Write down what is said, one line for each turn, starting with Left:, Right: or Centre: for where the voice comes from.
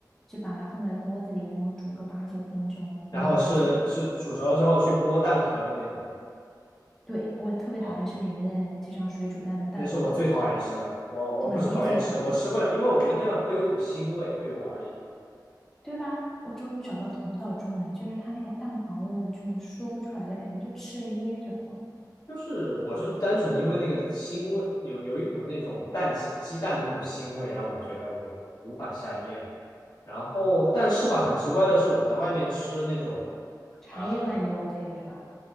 Centre: 就把它放在锅子里，然后煮个八九分钟，然后拿起来。
Left: 然后是是煮熟了之后去剥蛋壳的那种，对吧？
Centre: 对，我特别讨厌吃里面的这张水煮蛋的蛋黄，
Left: 啊，那是我最讨厌吃的，我我不是讨厌吃，
Centre: 对吧？你也最讨厌，
Left: 我吃不了，因为我觉得那样会有股腥味，对我而言。
Centre: 对吧？我终于找到同道中人，就是它那个蛋黄，我有这种说不出来的感觉，就吃了噎着慌。
Left: 就是我是单纯因为那个腥味，有有一股那种蛋鸡蛋的那种腥味，让我觉得我无法下咽。然后，但是吧，很奇怪的是，我在外面吃那种
Centre: 茶叶蛋你就
Left: 啊、呃
Centre: OK 了是吧？